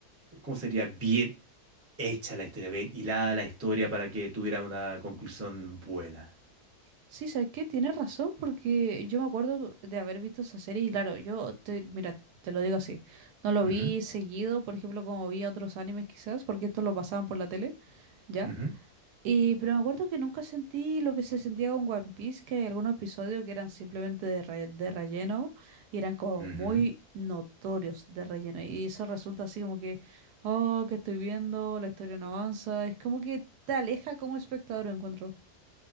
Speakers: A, on the right; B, on the right.
A: ¿cómo sería? Bien hecha la historia, bien hilada la historia para que tuviera una conclusión buena.
B: Sí, ¿sabes qué? Tienes razón, porque yo me acuerdo de haber visto esa serie y claro, yo, te, mira, te lo digo así, no lo
A: Ujú,
B: vi seguido, por ejemplo, como vi otros animes quizás, porque esto lo pasaban por la tele, ¿ya?
A: ujú,
B: Y, pero me acuerdo que nunca sentí lo que se sentía con One Piece, que hay algunos episodios que eran simplemente de, re- de relleno y eran como
A: ujú.
B: muy notorios de relleno. Y eso resulta así como que, oh, que estoy viendo, la historia no avanza, es como que te aleja como espectador, encuentro.